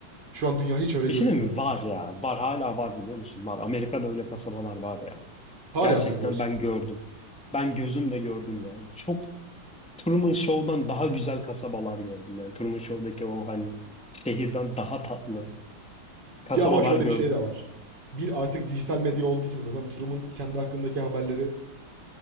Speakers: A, on the right; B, in the centre.
A: şu an dünya hiç öyle
B: Bir
A: görünmüyor.
B: şey de mi? Var ya. Var hala var biliyor musun? Var. Amerika'da öyle kasabalar var ya.
A: Hala
B: Gerçekten
A: mı diyorsun?
B: ben gördüm. Ben gözümle gördüm yani. Çok Truman Show'dan daha güzel kasabalar gördüm yani. Truman Show'daki o hani şehirden daha tatlı kasabalar
A: Ya ama şöyle
B: gördüm.
A: bir şey de var. Bir artık dijital medya olduğu için zaten Turum'un kendi hakkındaki haberleri